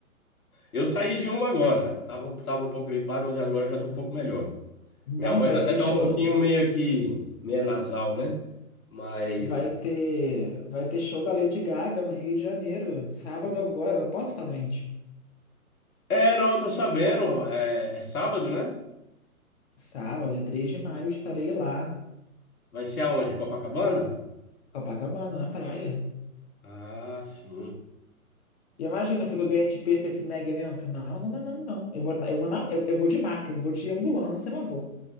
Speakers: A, on the left (about 75°); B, on the left (about 45°).
A: Eu saí de uma agora. Tava, tava um pouco gripado, mas agora já tô um pouco melhor.
B: Não,
A: Minha voz
B: vai
A: até
B: ter
A: tá
B: show,
A: um pouquinho meio que meio nasal, né? Mas
B: vai ter, vai ter show da Lady Gaga no Rio de Janeiro, sábado agora, eu não posso ficar doente.
A: é, não, eu tô sabendo. É, é sábado, né?
B: Sábado, dia três de maio, estarei lá,
A: Vai ser aonde? Copacabana?
B: Copacabana, na praia.
A: Ah, sim.
B: E imagina, eu fico doente e perco esse mega evento. Não, não, não, não, não. Eu vou, eu vou na, eu, eu vou de maca, eu vou de ambulância, mas vou.